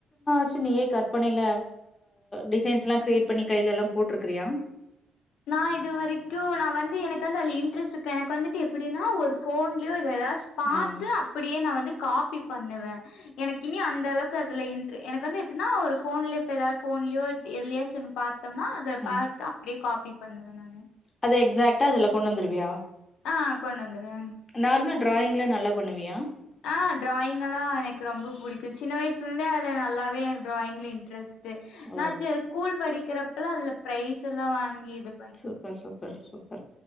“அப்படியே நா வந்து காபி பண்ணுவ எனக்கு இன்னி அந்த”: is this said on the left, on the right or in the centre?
Left